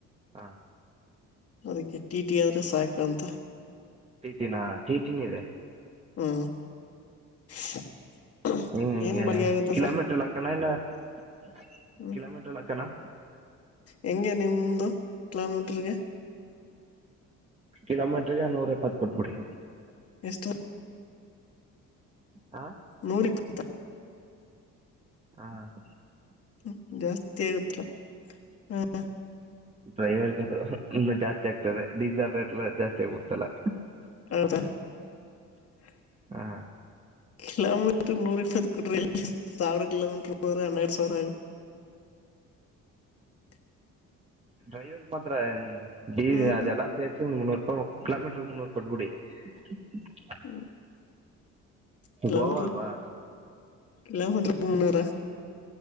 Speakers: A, on the right (about 20°); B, on the left (about 50°).
A: ಹಾ
B: ಅದಕ್ಕೆ ಟಿ ಟಿ ಆದ್ರೆ ಸಾಕು ಅಂತ
A: ಟೀಟಿನ ಟೀಟಿನ ಇದೆ.
B: ಹ್ಮ್ <inaudible>
A: ಹ
B: ಏನ್
A: ಈ
B: ಬಾಡಿಗೆ ಆಗುತ್ತೆ
A: ಕಿಲೋಮೀಟರ್
B: ಸರ್
A: ಕ್ಕಣ ಇಲ್ಲ <unintelligible>
B: ಹ್ಮ್
A: ಕಲೋಮೀಟಲ್ಲಕ್ಕೆನಾ?
B: ಹೆಂಗೆ ನಿಮ್ದ ಕಿಲೋಮೀಟ್ರಗೆ?
A: ಕಿಲೋಮೆಂಟ್ರಗೆ ನೂರ ಇಪಾತ್ ಕೊಟ್ಬಿಡಿ.
B: ಎಷ್ಟು
A: ಹಾ
B: ನೂರಿ ಇಪ್ಪತ್ತು
A: ಹಾ <unintelligible>
B: ಹ್ಮ ಜಾಸ್ತಿ ಆಗತ್ರ ಹ <inaudible>
A: ಡ್ರೈವರ್ ಗೆ ಇನ್ನು ಜಾಸ್ತಿ ಆಗ್ತದೆ ಡೀಸೆಲ್ ರೇಟ್ ಜಾಸ್ತಿ ಆಗ್ಬಿಡ್ತಲ್ಲ <unintelligible>
B: ಹೌದಾ <unintelligible>
A: ಹಾ
B: ಕಿಲೋಮೀಟ್ರ ನೂರ್ ಇಪ್ಪತ್ತು ಕೊಟ್ರಿ ಇಲ್ಲ ಸಾವಿರ ಕಿಲೋಮೀಟ್ರ ನೂರ ಹನ್ನೆರಡು ಸಾವಿರ ಆಗ <unintelligible> <inaudible>
A: ಡ್ರೈವರ್ಗೆ ಮಾತ್ರ ಡ
B: ಹ್ಮ್
A: ಅದೆಲ್ಲಾ ಸೇರಿಸೀ <unintelligible> ಒಣ ಮುನ್ನೂರು ರೂಪ ಕಿೋಮೀಟರ್ ಮುನ್ನೂರು ಕೊಟ್ಬಡಿ <unintelligible>
B: ಹ್ಮ <unintelligible> ಕಿಲೋಮೀಟರ್
A: ಗೋವಾ ಅಲ್ವಾ
B: ಕಿಲೋಮೀಟರ್ ಗೆ ಮುನ್ನೂರ <unintelligible>